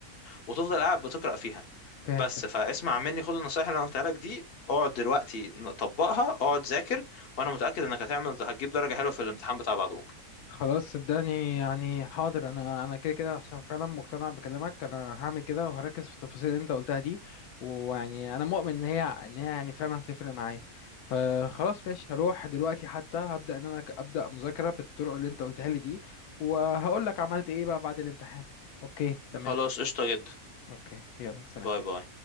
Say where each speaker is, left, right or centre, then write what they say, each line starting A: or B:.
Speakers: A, on the left; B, on the left.
A: وتفضل قاعد بتقرا فيها
B: فهمتك
A: بس فاسمع مني خد النصايح اللي انا قلتها لك دي اقعد دلوقتي ن- طبقها اقعد ذاكر وانا متأكد انك هتعمل هتجيب درجة حلوة في الامتحان بتاع بعد بكرة
B: خلاص صدقني يعني حاضر انا انا كده كده عشان فعلا مقتنع بكلامك انا هعمل كده وهركز في التفاصيل اللي انت قلتها دي ويعني انا مؤمن ان هي ان هي يعني فعلا هتفرق معايا آه، خلاص ماشي هروح دلوقتي حتى هبدأ ان انا ك- ابدأ مذاكرة بالطرق اللي انت قلتها لي دي وهقول لك عملت ايه بقى بعد الامتحان اوكي تمام
A: خلاص قشطة جدا
B: اوكي يلا سلام
A: باي باي